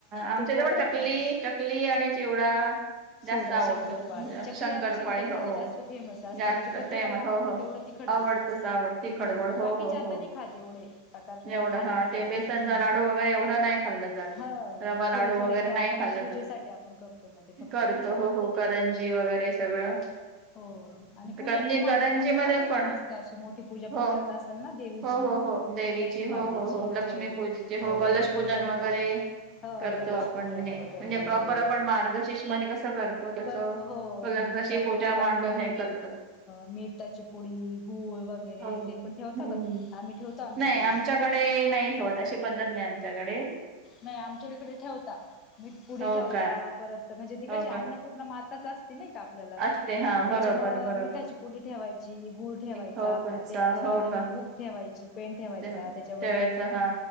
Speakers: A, on the right (about 30°); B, on the left (about 30°).
A: आमच्या
B: ते गोड
A: इथ पण
B: आयटम
A: चकली चकली आणि चिवडा जास्त
B: चिवडा
A: आवडतो
B: शंकरपाळे चकले
A: शंकरपाळी
B: आणि शंकरपाळे
A: हो
B: जास्त फेमस असतात
A: जास्त
B: म्हणजे प्रत्येकाला
A: फेमस
B: आवडतं
A: हो हो.
B: तेवढं तिखड
A: आवडतच आवड तिखट
B: हम्म
A: गोड हो
B: बाकी
A: हो
B: चात
A: हो.
B: खा तेवढे प्रकार एवढे
A: एवढं
B: खाल्ले
A: हा
B: नाही जात
A: ते बेसनचा
B: हम
A: लाडू वगैरे एवढं नाही खाल्लं जात
B: हं
A: रवा लाडू
B: थोडे थोडे
A: वगैरे
B: नॉर्मल
A: नाही खाल्लं
B: पूजेसाठी
A: जात.
B: आपण करतो मग ते फक्त
A: करतो
B: नाही का
A: हो हो करंजी वगैरे सगळं
B: हो आणि पूजा
A: करंजी
B: पण मांडत
A: करंजी
B: असाल
A: मध्ये
B: ना तुम्ही
A: पण
B: मस्त अशी मोठी पूजा
A: हो
B: पण करत असाल ना देवीची
A: हो हो हो देवीची
B: लक्ष्मी मातेची
A: हो
B: हो
A: लक्ष्मीपूजेची
B: हो
A: कलश
B: मी पण
A: पूजन
B: करते
A: वगैरे
B: ह
A: करतो
B: कलशपूजन
A: आपण म्हणजे म्हणजे
B: वगैरे
A: प्रॉपर
B: हो
A: आपण मार्गशीर्ष मध्ये कसं तसं
B: करतो हो म्हणजे त्याच्या
A: कशी पूजा
B: पुढे आपण
A: मांडून हे करतो
B: मीठाची पुडी गूळ वगैरे
A: हो हम्म
B: ते पण ठेवता का तुम्ही आम्ही ठेवतो आमच्या
A: नाही
B: इकडे
A: आमच्याकडे नाही ठेवत अशी पद्धत नाही आमच्याकडे
B: नाही आमच्या इकडे ठेवता मीठ पुुडी
A: हो
B: ठेवता
A: का
B: परत म्हणजे ती
A: हो
B: कशी अन्नपूर्ण
A: का
B: माताच असती नाही का आपल्याला
A: असते हा
B: त्याच्यामुळ
A: बरोबर बरोबर
B: मिठाची पुडी ठेवायची गुळ ठेवायचा
A: हो का
B: परत एक
A: चा- हो
B: नवीन
A: का
B: बुक ठेवायची पेंन ठेवायचा
A: ते
B: त्याच्यावरती
A: त्यावेळेच हा